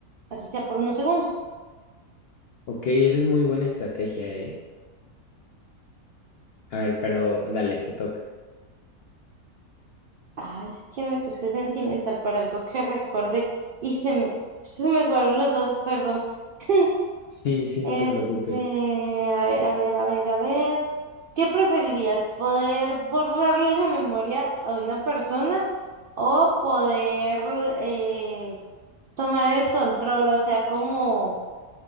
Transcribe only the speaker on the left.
Ok, esa es muy buena estrategia, ¿eh? A ver, pero dale, te toca.
Sí, sí,
no te preocupes.